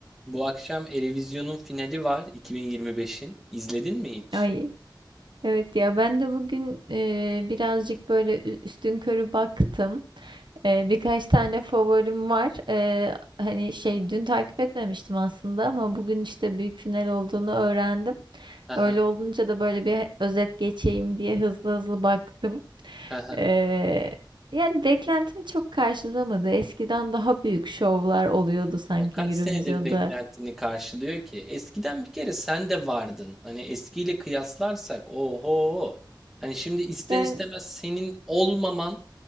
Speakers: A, in the centre; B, on the right.
A: Bu akşam Eurovision'un finali var 2025'in. İzledin mi hiç?
B: Ay evet ya ben de bugün e, birazcık böyle ü- üstünkörü baktım. E, birkaç tane favorim var. E, hani şey dün takip etmemiştim aslında ama bugün işte büyük final olduğunu öğrendim.
A: Aha
B: Öyle olunca da böyle bir özet geçeyim diye hızlı hızlı baktım.
A: aha
B: E, yani beklentimi çok karşılamadı. Eskiden daha büyük şovlar oluyordu sanki
A: Ama Kaç
B: Eurovision'da.
A: senedir beklentini karşılıyor ki? Eskiden bir kere sen de vardın. Hani eskiyle kıyaslarsak oho. Hani şimdi ister
B: Yani
A: istemez senin olmaman